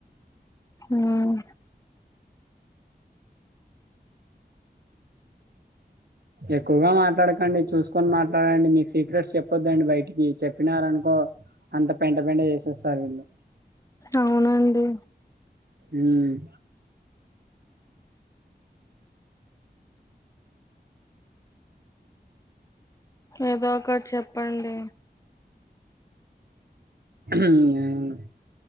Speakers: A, on the left; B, on the right.
A: ఉమ్
B: ఎక్కువగా మాట్లాడక అండి చూసుకొని మాట్లాడండి నీ సీక్రెట్ చెప్ ద్దండి బయటికి చెప్పినార అనుకో అంత పెంట పెంట చేసేస్తారు వీళ్ళు
A: అవునండి
B: ఉమ్
A: ఏదో ఒకటి చెప్పండి
B: ఉమ్